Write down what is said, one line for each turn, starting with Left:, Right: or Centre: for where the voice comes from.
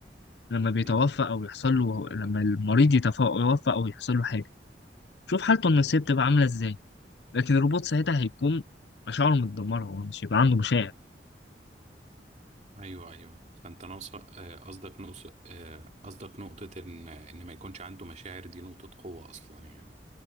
Left: لما بيتوفى
Right: مم.
Left: أو يحصل له لما المريض يتوفى أو يحصل له حاجة شوف حالته النفسية
Right: مم.
Left: بتبقى عاملة ازاي لكن الروبوت ساعتها هيكون مشاعره متدمرة هو مش هيبقى عنده مشاعر
Right: ايوه ايوه فانت ناقص آه، قصدك نقص آه، قصدك نقطة ان ان ما يكونش عنده مشاعر دي نقطة قوة اصلا يعني